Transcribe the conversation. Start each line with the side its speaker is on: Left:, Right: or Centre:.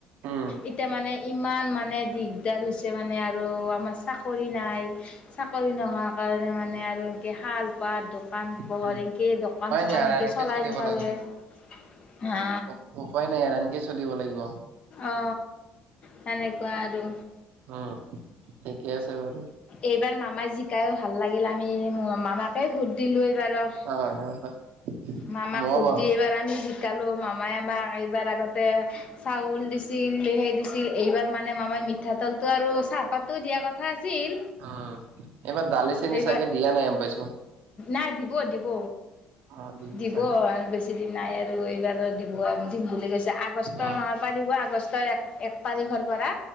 Right: উম
Left: এতিয়া মানে ইমান মানে দিগদাৰ হৈছে মানে আৰু আপ চাকৰি নাই চাকৰি নোহোৱা কাৰণে মানে আৰু এনেকে খাল বাত দকান
Right: উপাই
Left: পোহৰ এনকে দকান চকান
Right: নাই আৰু
Left: এনকে
Right: এনেকে
Left: চলাই
Right: চলিব
Left: থকাৰ
Right: লাগিব।
Left: বাবে হা
Right: উ- উপায় নাই আৰু এনেকে চলিব লাগিব।
Left: অ সেনেকুৱা আৰু
Right: অ ঠিকে আছে বাৰু
Left: এইবাৰ মামাই জিকায়ো ভাল লাগিল আমি মামাকে ভোট দিলো এইবাৰো
Right: অ, হয় হয়
Left: মামাক
Right: মই
Left: ভোদ
Right: বাৰু
Left: দি এইবাৰ আমি জিকালো মামাই আমাক এইবাৰ আগতে চাউল দিছিল হেই দিছিল এইবাৰ মানে মামাই মিঠাতেলটো আৰু চাহপাততো দিয়া কথা আছিল।
Right: উম, এইবাৰ দালি চেনি
Left: এইবাৰ
Right: চাগে দিয়া নাই গম পাইছো।
Left: নাই দিব দিব।
Right: অ',
Left: দিব
Right: চাগে।
Left: আৰু বেছি দিন নাই আৰু এইবাৰো দিব দিম বুলি কৈছে আগষ্টৰ
Right: উম,
Left: মাহৰ পৰা দিব আগষ্টৰ এক তাৰিখৰ পৰা